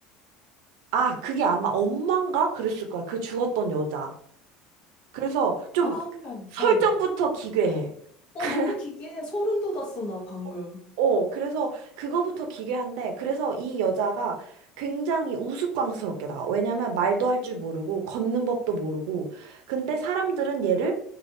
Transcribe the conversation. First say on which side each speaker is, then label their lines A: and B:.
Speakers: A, on the right (about 70°); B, on the left (about 30°).
A: 아, 그게 아마 엄마인가 그랬을 거야. 그 죽었던 여자. 그래서 좀
B: 아, 어.
A: 설정부터 기괴해.
B: 어,
A: <laughs>
B: 너무 기괴해. 소름 돋았어, 나 방금.
A: 어, 어, 그래서 그거부터 기괴한데, 그래서 이 여자가 굉장히 우스꽝스럽게 나와. 왜냐면 말도 할 줄 모르고, 걷는 법도 모르고. 근데 사람들은 얘를